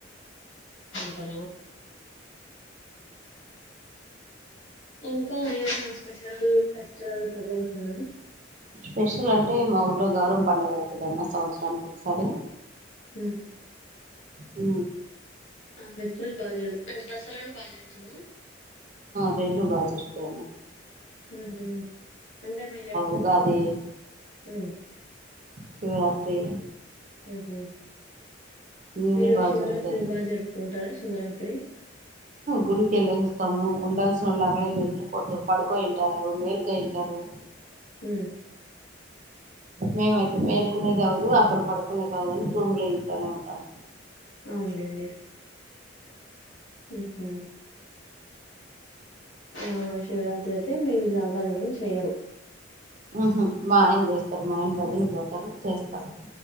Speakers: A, on the left; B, on the right.
A: త ఇంకా అనా స్పెషల్ ఫెస్టివల్లన్నా
B: స్పెషల్ అంటే మా ఊరిలో గౌరవం పండుగ అవుతుందమ్మా సంవత్సరానికి ఒకసారి
A: హ
B: అ
A: ఆ ఫెస్టిల్ బాగా జరుగుతు దసరాను బాగా జరుగుతుందా
B: రైలు బాజరు త
A: ఉ అంటే మీరు ఎప్పుడు
B: ఉగాది
A: హ
B: శివరాత్రి
A: ఆహ
B: అన్నీ
A: మీరు
B: బాగా
A: శివరాత్రి
B: జరుగుతాయి
A: బాగా జరుపుకుంటారా శివరాత్రి
B: గుడికిెళ్ళి వస్తాము ఉంల్సిన వాళ్ళు అక్కడే నిద్రపోతా పడుకోయింటారు మేలుక తంటారు
A: హ
B: మేమైతే మేల్కునేది కావదు అక్కడ పడుకునేది కాదు అని రూమ్ లో ఇంట్లోనే ఉంటాము
A: అవునులేండి హ ఆ శివరాత్రి అయితే మీరు జాగరణయం చెయరు
B: ఆహ మా ఆయన చేస్తారు మా ఆయన బదిని పోతారు చేస్తారు